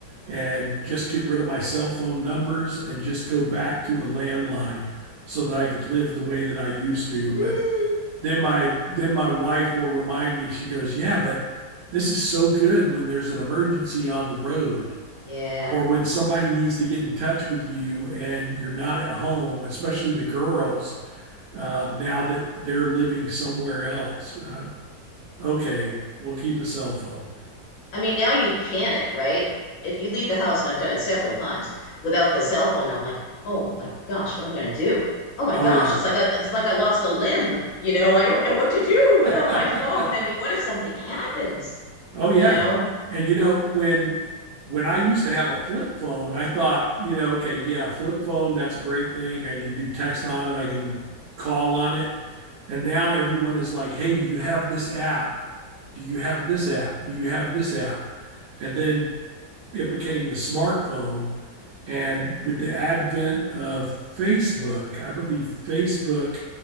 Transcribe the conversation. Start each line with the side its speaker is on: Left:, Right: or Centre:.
Right: and just get rid of my cell phone numbers and just go back to a landline so that I could live the way that I used to.
Left: Mm,
Right: But then my then my wife will remind me she goes yeah but this is so good when there's an emergency on the road
Left: yeah.
Right: or when somebody needs to get in touch with you and you're not at home especially the girls uh, now that they're living somewhere else uh, okay we'll keep a cell phone
Left: I mean, now you panic, right? If you leave the house, and I've done it several times without the cell phone, I'm like, oh my gosh, what am I going to do? Oh my
Right: oh
Left: gosh,
Right: yeah
Left: it's like a, it's like I lost a limb. You know, I don't know what to do without
Right: <laughs>
Left: my phone. I mean, what if something happens?
Right: Oh yeah.
Left: You know.
Right: And you know, when when I used to have a flip phone, I thought, you know, okay, yeah, flip phone, that's a great thing. I can do text on it, I can call on it. And now everyone is like, "Hey, do you have this app? Do you have this app? Do you have this app?" And then it became the smartphone and with the advent of Facebook, I believe Facebook